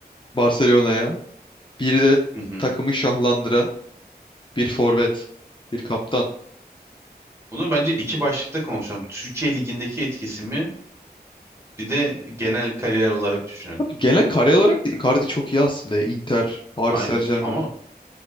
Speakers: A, on the left; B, on the right.
A: Barcelona'ya. Bir de
B: Hı hı.
A: takımı şahlandıran bir forvet, bir kaptan.
B: Bunu bence iki başlıkta konuşalım. Türkiye Ligi'ndeki etkisi mi? Bir de genel kariyer olarak düşünelim.
A: Abi genel kare olarak da Icardi çok iyi aslında. ya. Inter, Paris
B: Aynen.
A: Saint-Germain.
B: Ama